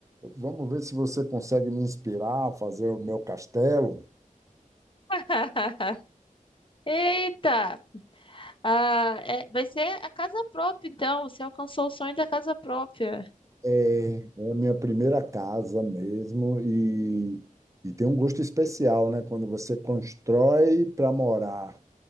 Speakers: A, on the right (about 20°); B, on the left (about 40°).
A: vamos ver se você consegue me inspirar a fazer o meu castelo.
B: <laughs> eita! Ah, é- vai ser a casa própria, então. Você alcançou o sonho da casa própria.
A: É, é a minha primeira casa mesmo e, e tem um gosto especial, né? Quando você constrói para morar